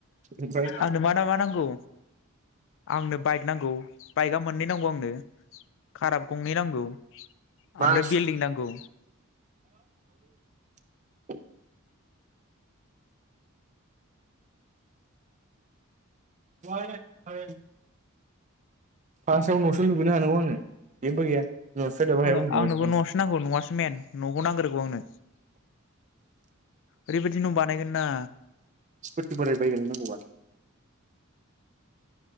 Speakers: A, on the right; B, on the left.
A: ओमफ्राय
B: आंनो मा ना मा नांगौ आंनो बाइक नांगौ बाइकआ मोननै नांगौ आंनो खाराबो गंनै नांगौ
A: मास
B: ओमफ्राय बिल्डदिं नांगौ।
A: <unintelligible> <inaudible> फार्स्टआव न'सो लुबैनो हानांगौ आंनो जेबो गैया बिमा बिफाया दाबो हायाव
B: आंनो
A: उन्दुलांगासिनो
B: आंनोबो
A: दं
B: न'आवसो नांगौ न'आसो मेन न'खौ नांग्रोगौ आंनो ओरैबायदि न' बानायगोन ना।
A: स्कुटि बोराय बायग्रोगोन नांगौबा